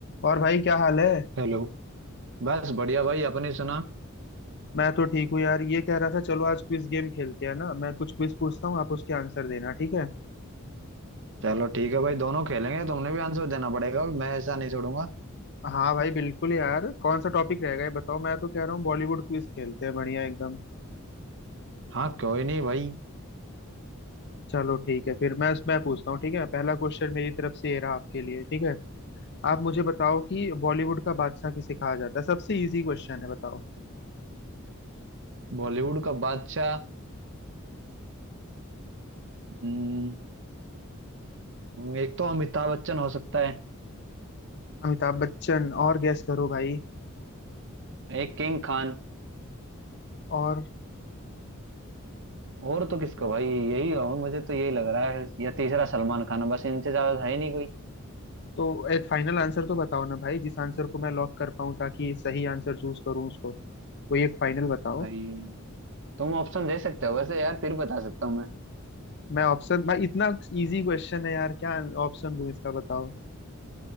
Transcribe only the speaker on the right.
Hello बस बढ़िया भाई अपनी सुना
चलो ठीक है भाई दोनों खेलेंगे तुमने भी आंसर देना पड़ेगा मैं ऐसा नहीं छोड़ूंगा
हाँ क्यों ही नहीं भाई
बॉलीवुड का बादशाह हम्म, एक तो अमिताभ बच्चन हो सकता है
एक किंग खान
और तो किसको भाई यही हो मुझे तो यही लग रहा है या तीसरा सलमान खान है। बस इनसे ज्यादा है ही नहीं कोई
भाई तुम ऑप्शन दे सकते हो वैसे यार फिर बता सकता हूँ मैं